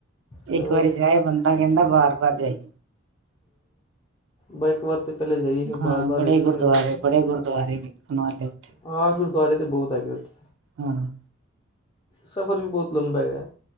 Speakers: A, on the left; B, on the right.
A: ਹੋਰ
B: ਇੱਕ ਵਾਰੀ ਜਾਏ ਬੰਦਾ ਕਹਿੰਦਾ ਬਾਰ ਬਾਰ ਜਾਈਏ।
A: ਬ ਇੱਕ ਵਾਰ ਤਾਂ ਪਹਿਲਲੇ ਜਾਈਏ ਫਿਰ
B: ਹਾਂ
A: ਬਾਰ ਬਾਰ
B: ਬੜੇ
A: ਵੇਖਾਂਗੇ
B: ਗੁਰਦੁਆਰੇ
A: ਬਾਅਦ ਚ।
B: ਬੜੇ ਗੁਰਦੁਆਰੇ ਵੇਖਣ ਵਾਲੇ ਉੱਥੇ
A: ਹਾਂ ਗੁਰਦੁਆਰੇ ਤਾਂ ਬਹੁਤ ਹੈਗੇ ਉੱਥੇ।
B: ਹਾਂ
A: ਸਫ਼ਰ ਵੀ ਬਹੁਤ ਲੰਬਾ ਆ